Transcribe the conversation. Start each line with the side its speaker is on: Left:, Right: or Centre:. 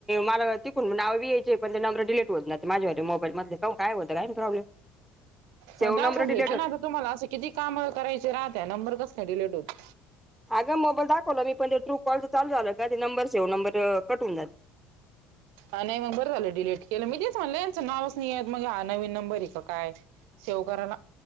Centre: मला नाव <unintelligible> पण ते नंबर डिलीट होत ना ते माझ्या मोबाईलधले का काय होत आहे प्रॉब्लम सेव्ह
Right: मग दाखवून
Centre: नंबर
Right: घ्यायच
Centre: डिलीट
Right: ना आता तुम्हाला असं किती काम करायचे राहत नंबर कस नाही डिलेट होत
Centre: अगं मोबाईल दाखवला मी पण ते ट्रू कॉल चालु झाललं का ते नंबर सेव नंबर कटवून जाते.
Right: हा नाही मग बरं झालं डिलीट केलं मी तेच म्हणलंचं नावच नाहीय मग हा नवीन नंबर आहे का काय. शेव कराना.